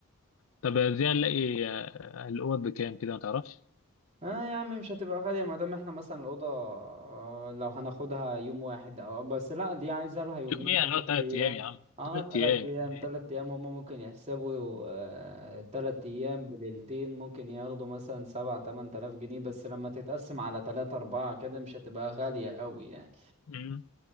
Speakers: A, on the left (about 70°); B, on the right (about 30°).
A: طب دي هنلاقي آه، الأوض بكام كده ما تعرفش؟
B: اه يا عم مش هتبقى غاليه ما دام احنا مثلا الاوضه آه لو هناخدها يوم واحد او بس لا دي عايزه لها يومين
A: يوم ايه
B: ثلاث
A: هنقعد تلات
B: ايام
A: ايام يا عم
B: اه
A: تلات
B: ثلاث
A: ايام
B: ايام
A: يومين ايه
B: ثلاث ايام هم ممكن يحسبوا آه ثلاث ايام بليلتين ممكن ياخدوا مثلا سبعة تمن تلاف جنيه بس لما تتقسم على تلاتة اربعة كده مش هتبقى غاليه قوي يعني
A: مم.